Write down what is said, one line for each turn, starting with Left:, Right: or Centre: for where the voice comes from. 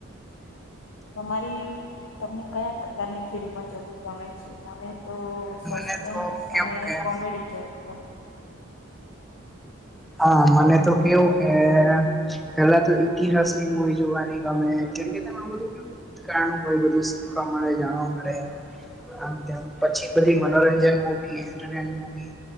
Left: તમારી તમને કયા પ્રકારની ફિલ્મ જોવી ગમે છે? મને તો
Centre: મને
Left: સસ્પેન્સ
Centre: તો કેવું
Left: અને
Centre: કે
Left: કોમેડી જોવી ગમે.
Centre: હા મને તો કેવું કે પેલા તો ઇતિહાસ ની મુવી જોવાની ગમે કેમ કે આમાં બધું કેવું કામ હોય બધું શીખવા મળે જાણવા મળે આમ તેમ પછી બધી મનોરંજન મુવી ઇન્ટરનેન મુવી